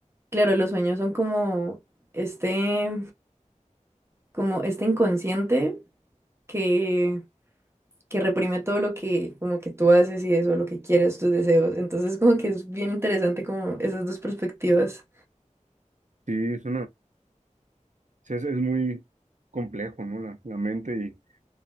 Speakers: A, on the right; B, on the right.
A: claro, los sueños son como este, como este inconsciente que, que reprime todo lo que, como que tú haces y eso, lo que quieres, tus deseos, entonces como que es bien interesante como esas dos perspectivas.
B: sí, es sea, es, es muy complejo, ¿no? La, la mente